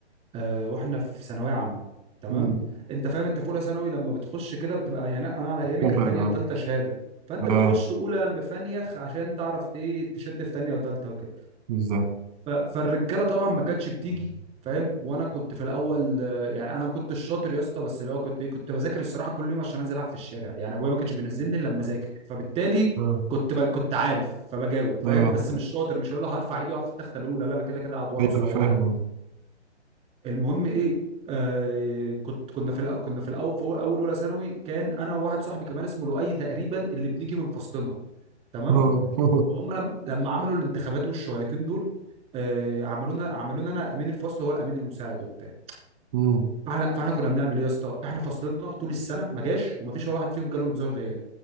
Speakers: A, on the right; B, on the right.
A: آه، واحنا في ثانويه عامه تمام
B: <laughs> مم.
A: انت فاهم انت في اولى ثانوي لما بتخش كده بتبقى يعني انا على ايامي
B: فاهم
A: كانت
B: حاجة
A: تانية
B: اه
A: وتالتة شهاده فانت
B: اه
A: بتخش اولى مفنيخ عشان تعرف ت- ايه تشد في تانية وتالتة وكده
B: بالظبط
A: ف- فالرجاله طبعا ما كانتش بتيجي فاهم وانا كنت في الاول آه، يعني انا ما كنتش شاطر يا اسطى بس اللي هو كنت إيه، كنت بذاكر الصراحه كل يوم عشان انزل العب في الشارع يعني ابويا ما كانش بينزلني الا لما اذاكر فبالتالي
B: اه
A: كنت ب... كنت عارف فبجاوب فاهم
B: اه
A: بس مش شاطر مش هقول له هرفع ايدي واقعد في التخته الاولى لا انا كده كده اقعد ورا
B: ايوه
A: وصايع
B: انا فاهم
A: عادي
B: اه
A: المهم ايه آه كنت كنا في الأ- كنا في الاول في اول اولى ثانوي كان انا وواحد صاحبي كمان اسمه لؤي تقريبا اللي بنيجي من فصلنا تمام
B: اه آه.
A: وهم لم لما عملوا الانتخابات والشويتين دول آه عملونا عملونا انا امين الفصل وهو الامين المساعد وبتاع
B: مم.
A: فاحنا فاحنا كنا بنعمل ايه يا اسطى احنا فصلنا طول السنه ما جاش وما فيش ولا واحد فيهم جاله انذار غياب